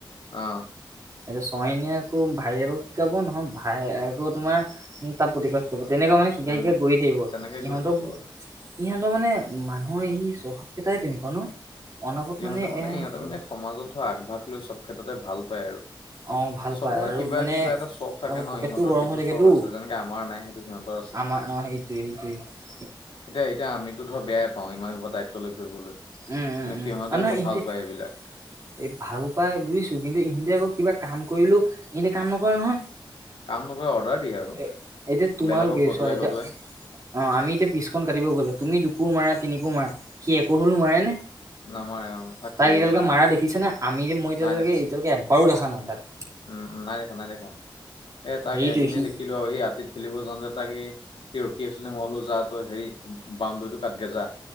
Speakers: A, on the left (about 80°); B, on the right (about 40°).
A: আহ
B: এইটো ছয়নীয়ে আকৌ ভাইয়েক আকৌ শিকাব নহয় ভাইয়েকে আকৌ তোমাৰ তাপতি কয় তেনেকুৱা মানে শিকাই
A: উম,
B: শিকাই গৈ থাকিব
A: তেনেকে
B: সিহঁতক
A: গৈ থাকিব আৰু।
B: ইহঁতৰ মানে মানুহৰ এই চ্বহাৱকেইটাই তেনেকুৱা ন অনাগত
A: ইহঁতৰ মানে
B: এ
A: ইহঁতে
B: উম,
A: মানে সমাজত আগভাগ লৈছ সেইটো ক্ষেত্ৰতে ভাল পায় আৰু
B: অ ভাল
A: চবৰে
B: পায় আৰু
A: কিবা
B: মানে
A: কিবা এটা চখ থাকে
B: আকৌ পকেটটো
A: ন ইহঁতৰ
B: গৰম
A: সেইটো
B: হৈ থাকেতো
A: চখ আছে যেনেকে আমাৰ নাই সেইটো সিহঁতৰ
B: আমাৰ অ সেইটোৱেই-সেইটোৱেই
A: এতিয়া-এতিয়া আমিতো ধৰ বেয়াই পাও ইমান সোপা দায়িত্ব লৈ ফুৰিবলৈ
B: উম-উম-উম
A: কিন্তু সিহঁতে
B: আৰু
A: আকৌ
B: নহয় ইহতে
A: ভাল পায় এইবিলাক
B: ভাল পাই বুজিছো কিন্তু সিহঁতে আকৌ কিবা কাম কৰিলেও এনেতে কাম নকৰে নহয়
A: কাম নকৰে অৰ্ডাৰ দিয়ে আৰু
B: এ- এতিয়া তোমালোকে
A: বেলেগক খটুৱাই
B: চোৱা এতিয়া
A: খটুৱাই
B: অ আমি এতিয়া পিছখন কাটিব গ'লে তুমি দুকোৰ মাৰা তিনিকোৰ মাৰা সি একোৰ হলেও মাৰে নে তাক
A: নামাৰে অ তাক খেলিব
B: এতিয়ালৈকে
A: লাগে
B: মাৰা দেখিছে নে আমি যে মই এতিয়ালৈকে
A: নাই দেখা।
B: এতিয়ালৈকে এবাৰো দেখা নাই তাক
A: উম নাই দেখা নাই দেখা এই তাক
B: হেৰিটো
A: এদনে
B: সি
A: দেখিলো আৰু এই হাতীত খেলিব যাওঁতে তাক এই সি ৰখি আছিলে মই কলো যা তই হেৰি বাউণ্ডৰীটো কাটগে যা